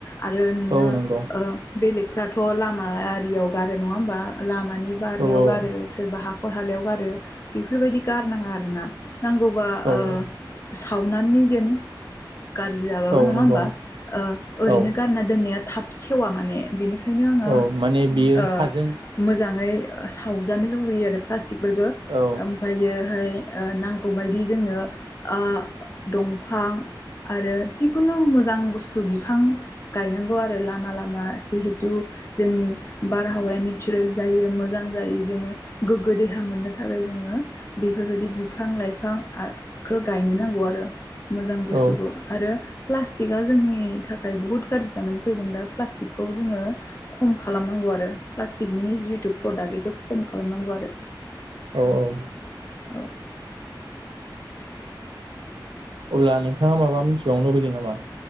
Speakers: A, on the left (about 35°); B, on the right (about 85°).
A: आरो नोंङो
B: औ नंगौ
A: ओ बेलेगफ्राथ' लामा आरियाव गारो नंङा होमबा लामानि बारनायाव
B: औ औ
A: गारो सोरबा हाखर हालायाव गारो बेफोरबायदि गारनाङा आरोना नांगौबा
B: औ
A: ओ सावनानै दोन गार जियाबाबो
B: औ
A: नंङा
B: नंगौ
A: ओमबा ओ ओरैनो
B: औ
A: गारना दोननाया थाब सेवा माने बिनिखायनो आंङो
B: अ माने बियो
A: ओ
B: हाजों
A: मोजाङै ओ सावजानो लुुबैयो आरो प्लास्टिकफोरखो
B: औ
A: ओमफायोहाय ओ नांगौबायदि जोंनो आ दंफां आरो जिखुनु मोजां बुस्थु बिफां गायनांगौ आरो लामा लामा जिहेथु जोंनि बारहावाया नेचारेल जायो मोजां जायो जोङो गोग्गो देहा मोननो थाखाय जोङो बेफोर बायदि बिफां लाइफां आखौ गायनो नांगौ आरो मोजां बुस्थुखौ
B: औ
A: आरो प्लास्टिकआ जोंनि थाखाय बहुद गाज्रि जानानै फैदों दा प्लास्टिकखौ जोङो खम खालामनांगौ आ रो प्लास्टिकनि जितु प्रडाक्ट बेखो खम खालामनांगौ आरो
B: औ औ
A: औ
B: अब्ला नोंथाङा माबा मिथिबावनो लुगैदो नामा?